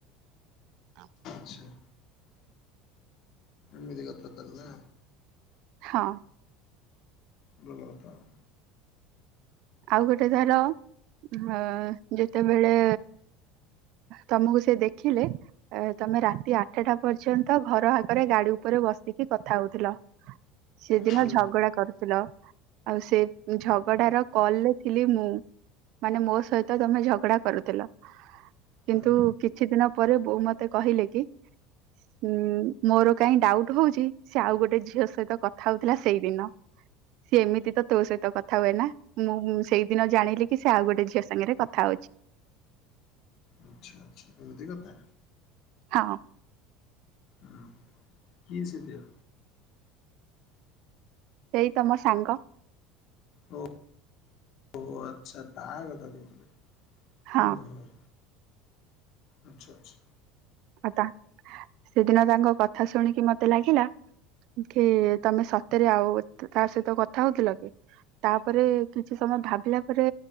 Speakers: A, on the right; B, on the left.
A: <unintelligible>
B: ଆଛା ଏମିତି କଥା ତାହେଲେ ନା।
A: ହଁ।
B: ଭଲ କଥା ଆଉ।
A: ଆଉ ଗୋଟେ ଧର ହଁ ଯେତେବେଳେ ତମକୁ ସେ ଦେଖିଲେ ଏ ତମେ ରାତି ଆଠଟା ପର୍ଯ୍ୟନ୍ତ ଘର ଆଗରେ ଗାଡି ଉପରେ ବସିକି କଥା ହଉଥିଲ। ସେଦିନ
B: ହୁଁ
A: ଝଗଡା କରୁଥିଲ ଆଉ ସେ ଝଗଡାର କଲରେ ଥିଲି ମୁଁ ମାନେ ମୋ ସହିତ ତମେ ଝଗଡା କରୁଥିଲ। କିନ୍ତୁ
B: ହୁଁ
A: କିଛି ଦିନ ପରେ ବୋଉ ମତେ କହିଲେ କି ଉଁ ମୋର କାଇଁ ଡାଉଟ୍ ହଉଚି ସେ ଆଉ ଗୋଟେ ଝିଅ ସହିତ କଥା ହଉଥିଲା ସେଇଦିନ। ସିଏ ଏମିତି ତ ତୋ ସହିତ କଥା ହୁଏ ନା। ମୁଁ ସେଇଦିନ ଜାଣିଲି କି ସେ ଆଉ ଗୋଟେ ଝିଅ ସାଙ୍ଗରେ କଥା ହଉଚି।
B: ଆଚ୍ଛା ଆଚ୍ଛା ଏମିତି କଥା।
A: ହଁ।
B: ହଁ କିଏ ସେ ଝିଅ?
A: ସେଇ ତମ ସାଙ୍ଗ।
B: ଓ ଓ ଆଚ୍ଛା ତା କଥା କହୁଥିଲେ
A: ହଁ
B: ଓ ହ। ଆଚ୍ଛା ଆଛା।
A: ଆ ତା ସେଦିନ ତାଙ୍କ କଥା ଶୁଣିକି ମତେ ଲାଗିଲା କି ତମେ ସତରେ ଆଉ ତା ସହିତ କଥା ହଉଥିଲ କି? ତାପରେ କିଛି ସମୟ ଭାବିଲା ପରେ